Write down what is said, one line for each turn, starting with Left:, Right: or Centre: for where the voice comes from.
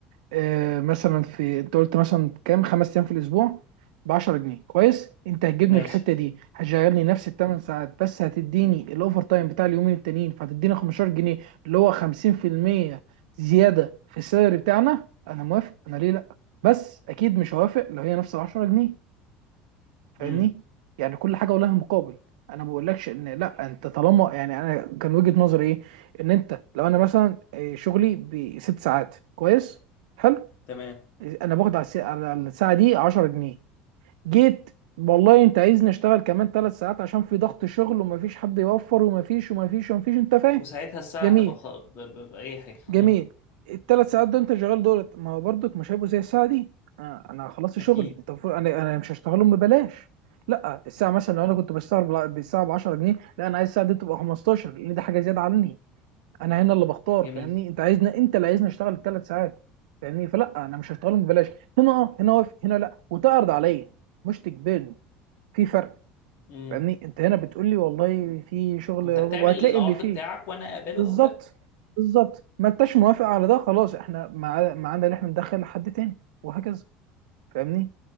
Right: آه، مثلا في انت قلت مثلا كام خمس ايام في الاسبوع ب 10 جنيه كويس انت هتجيبني
Left: ماشي
Right: في الحته دي هتشغلني نفس الثمان ساعات بس هتديني الاوفر تايم بتاع اليومين التانيين فهتديني 15 جنيه اللي هو 50% زياده في السالري بتاعنا انا موافق انا ليه لا بس اكيد مش هوافق لو هي نفس ال 10 جنيه فاهمني
Left: امم
Right: يعني كل حاجه ولها مقابل انا ما بقولكش ان لا انت طالما يعني انا كان وجهه نظري ايه ان انت لو انا مثلا آه، شغلي بست ساعات كويس حلو
Left: تمام
Right: انا باخد على الس- على الساعه دي 10 جنيه جيت والله انت عايزني اشتغل كمان ثلاث ساعات عشان في ضغط شغل ومفيش حد يوفر ومفيش ومفيش ومفيش انت فاهم
Left: وساعتها الساعة
Right: جميل
Left: تبقى خ... ب... ب... بأي حاجة
Right: جميل
Left: امم
Right: الثلاث ساعات دول انت شغال دولت ما هو برضك مش هيبقوا زي الساعه دي انا أنا خلصت
Left: أكيد
Right: شغلي انت المفروض انا انا مش هشتغلهم ببلاش لا الساعه مثلا لو
Left: صح
Right: انا كنت بشتغل بلا- بالساعه ب 10 جنيه لا انا عايز الساعه دي تبقى 15 لان دي حاجه زياده عني انا هنا اللي بختار
Left: جميل
Right: فاهمني انت عايزنا انت اللي عايزني اشتغل الثلاث ساعات فاهمني فلا انا مش هشتغلهم ببلاش هنا اه هنا واقف هنا لا وتعرض عليا مش تجبرني في فرق
Left: امم
Right: فاهمني انت هنا بتقول لي والله في شغل
Left: انت
Right: وهتلاقي
Left: بتعمل العرض
Right: اللي فيه
Left: بتاعك وانا اقبله
Right: بالظبط
Left: او لا
Right: بالظبط ما انتش موافق على ده خلاص احنا ما ما عندنا اللي احنا ندخل حد تاني وهكذا فاهمني